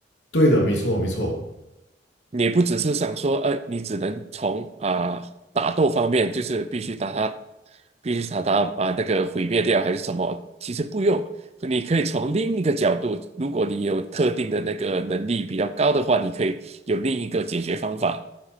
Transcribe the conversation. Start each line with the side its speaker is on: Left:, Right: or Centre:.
Left: 对的，没错没错。
Right: 你不只是想说，呃，你只能从啊、打斗方面，就是必须打他，必须把他把那个毁灭掉还是什么？其实不用，你可以从另一个角度，如果你有特定的那个能力比较高的话，你可以有另一个解决方法。